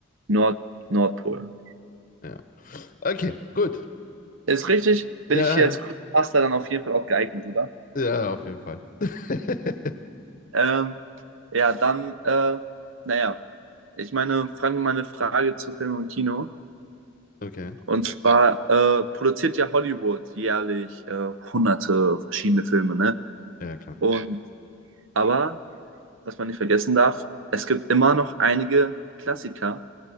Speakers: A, on the right; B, on the left.
A: Nord, Nordpol.
B: Ja. Okay, gut.
A: Ist richtig? Bin
B: Ja,
A: ich hier als Crewmaster dann auf jeden Fall auch geeignet, oder?
B: ja, auf jeden Fall. <laughs>
A: Ähm, ja, dann, äh, naja, ich meine, fragen wir mal eine Frage zu Film und Kino.
B: Okay,
A: Und zwar äh, produziert ja Hollywood jährlich äh, hunderte verschiedene Filme, ne?
B: ja, klar.
A: Und aber, was man nicht vergessen darf, es gibt immer noch einige Klassiker.